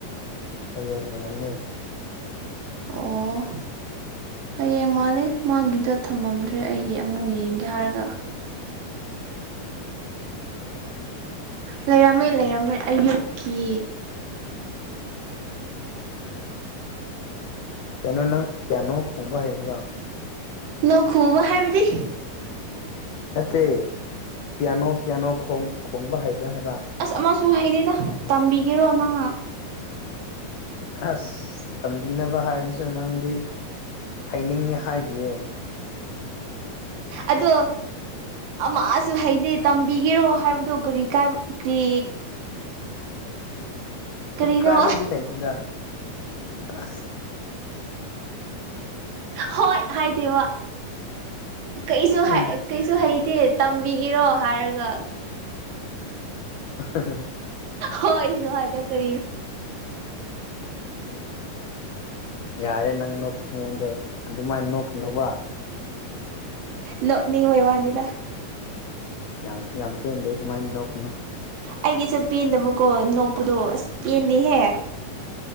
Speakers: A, on the left; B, on the right.
A: ꯍꯌꯦꯡ ꯑꯣꯏꯔꯝꯅꯤ
B: ꯑꯣ ꯍꯌꯦꯡ ꯃꯥꯜꯂꯦ ꯃꯥꯒꯤꯗ ꯊꯝꯃꯝꯗ꯭ꯔꯦ ꯑꯩꯒꯤ ꯑꯃꯨꯛ ꯌꯦꯡꯒꯦ ꯍꯥꯏꯔꯒ ꯂꯩꯔꯝꯃꯦ ꯂꯩꯔꯝꯃꯦ ꯑꯌꯨꯛꯀꯤ
A: ꯀꯩꯅꯣ ꯅꯪ ꯄꯤꯌꯥꯅꯣ ꯈꯣꯡꯕ ꯍꯩꯕ꯭ꯔꯣ
B: ꯅ ꯈꯨꯕ ꯍꯥꯏꯕꯗꯤ
A: ꯅꯠꯇꯦ ꯄꯤꯌꯥꯅꯣ ꯄꯤꯌꯥꯅꯣ ꯈꯣꯡ ꯈꯣꯡꯕ ꯍꯩꯕ꯭ꯔꯥ ꯍꯥꯏꯕ
B: ꯑꯁ ꯑꯃꯁꯨ ꯍꯩꯗꯤꯗ ꯇꯝꯕꯤꯒꯔꯣ ꯅꯪꯅ
A: ꯑꯁ ꯇꯝꯕꯤꯅꯕ ꯍꯥꯏꯕꯁꯨ ꯅꯪꯗꯤ ꯍꯥꯏꯩꯅꯤꯡꯉꯤ ꯍꯥꯏꯗꯤꯌꯦ
B: ꯑꯗꯣ ꯑꯃꯁꯨ ꯍꯩꯗꯦ ꯇꯝꯕꯤꯒꯦꯔꯣ ꯍꯥꯏꯕꯗꯣ ꯀꯔꯤ ꯀꯥꯏꯒ꯭ꯔꯤ ꯀꯔꯤꯅꯣ
A: ꯀꯥꯏꯕꯕꯨꯗꯤ ꯂꯩꯇꯦꯗ ꯑꯁ
B: ꯍꯣꯏ ꯍꯥꯏꯗꯦꯕ ꯀꯩꯁꯨ
A: ꯎꯝ
B: ꯀꯩꯁꯨ ꯍꯩꯇꯦ ꯇꯝꯕꯤꯒꯔꯣ ꯍꯥꯏꯔꯒ
A: <inaudible>
B: ꯍꯣꯏꯁꯨꯋꯥꯗꯣ ꯀꯗ
A: ꯌꯥꯔꯦ ꯅꯪ ꯅꯣꯛꯉꯣꯟꯗꯣꯏ ꯑꯗꯨꯃꯥꯏꯅ ꯅꯣꯛꯀꯅꯨꯕ
B: ꯅ ꯅꯤꯡ ꯑꯣꯏ ꯋꯥꯅꯤꯗ <unintelligible>
A: ꯌꯥꯝ ꯌꯥꯝ ꯄꯦꯟꯗꯦ ꯑꯗꯨꯃꯥꯏꯅ ꯅꯣꯛꯀꯅꯨ
B: ꯑꯩꯒꯤꯁꯨ ꯄꯦꯟꯗꯕꯀꯣ ꯅꯣꯛꯄꯗꯣ ꯑꯁ ꯄꯦꯟꯗꯦꯍꯦ